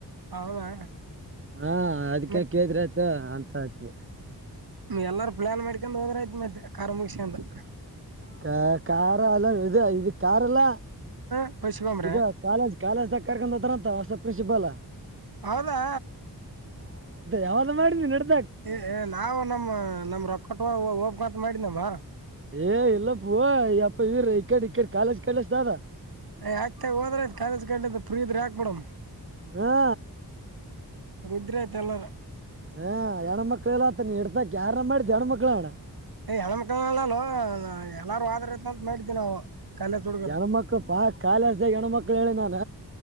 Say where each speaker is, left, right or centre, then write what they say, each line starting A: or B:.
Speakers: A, on the right (about 65°); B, on the right (about 30°).
A: ಹೌದಾ
B: ಹಾ ಅದ್ಕ
A: ಮತ್ತೆ
B: ಕೇಳಿದ್ರೆ ಆಯ್ತು ಅಂತ ಅಂದ್ವಿ.
A: ಎಲ್ಲಾರೂ ಪ್ಲಾನ್ ಮಾಡ್ಕೊಂಡ್ ಹೋದ್ರ ಆಯ್ತ್ ಮತ್ತೆ ಕಾರ್ ಮುಗಸ್ಯಕೊಂಡು.
B: ಕ ಕಾರ್ ಎಲ್ಲ ಇ ಇದು ಕಾರು ಇಲ್ಲ
A: ಹ ಬಸ್ಕೊಂಬ್ರೆ
B: ಇದು ಕಾಲೇಜ್ ಕಾಲೇಜ್ ಕರ್ಕೊಂಡ ಹತಾರಂತ ಹೊಸ ಪ್ರಿನ್ಸಿಪಾಲ
A: ಹೌದಾ
B: ಯಾವ್ದ್ ಮಾಡಾನ ನಡೇ
A: ಏ ನಾವು ನಮ್ಮ ನಮ ರೊಕ್ಕಟ್ಟ ಹಬ್ಕಂತ ಮಾಡಿದನವ
B: ಏ ಇಲ್ಲ ಪೂಪ್ಪ ಇವ್ರ ಈ ಕಡೆ ಈ ಕಡೆ ಕಾಲೇಜ್ ಕಲಿಸ್ಥದ
A: ಯ್ ಆಕ್ತ ಹೋದ್ರ ಕಾಲಜ ಕಂಡ ಫ್ರೀ ನಿದ್ರೆ ಹಾಕ್ಬಿಡಮ
B: ಹಾ
A: ಗೆ ದ್ರೆ ಆಯ್ತ ಎಲ್ಲಾರ
B: ಹಾ ಹೆಣ್ಮಕ್ಳು ಎಲ್ಲತ ನೀ ಇಡ್ತಾ ಯ್ಯಾರ ಮಾಡ್ದ ಹೆಣ್ಮಕ್ಳ ಅಣ್ಣ.
A: ಏ ಹೆಣ್ಮ ಕಲ್ಲ ಎಲ್ಲಾರು ಹಾದ್ರತ್ ಅಂತ ಮಾಡದಿವ್ ನಾವು. ಕಾಲೇಜ್ ಹುಡುಗರ
B: ಹೆಣ್ಮಕ್ಳು ಪಾ ಕಾಲಿಸ್ದಾಗ ಹೆಣ್ಮಕ್ಳು ಹೇಳಿ ನಾನ